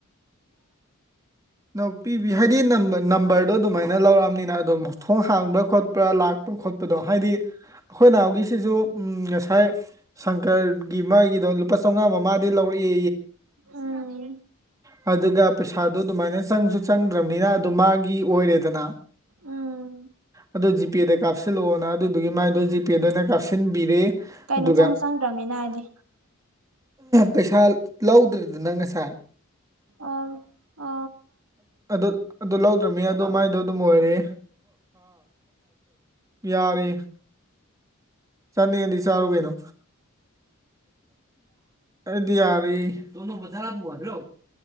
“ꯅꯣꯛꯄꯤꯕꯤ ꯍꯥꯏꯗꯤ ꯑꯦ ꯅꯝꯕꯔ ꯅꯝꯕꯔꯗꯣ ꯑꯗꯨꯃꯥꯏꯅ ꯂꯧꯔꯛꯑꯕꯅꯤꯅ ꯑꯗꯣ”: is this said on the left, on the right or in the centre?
Right